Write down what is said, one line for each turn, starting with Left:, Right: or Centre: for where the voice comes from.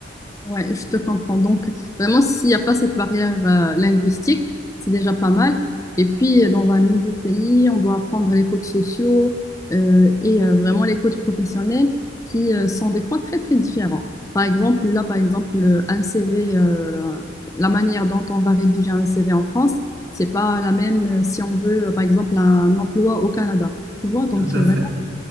Left: Ouais, je te comprends. Donc, vraiment, s'il n'y a pas cette barrière euh, linguistique, c'est déjà pas mal. Et puis, euh, dans un nouveau pays, on doit apprendre les codes sociaux euh, et euh, vraiment les codes professionnels qui euh, sont des fois très, très différents. Par exemple, là, par exemple, euh, un CV, euh, la manière dont on va rédiger un CV en France, c'est pas la même euh, si on veut, euh, par exemple, un emploi au Canada. Tu vois, donc
Right: Tout à
Left: il y a
Right: fait.
Left: vraiment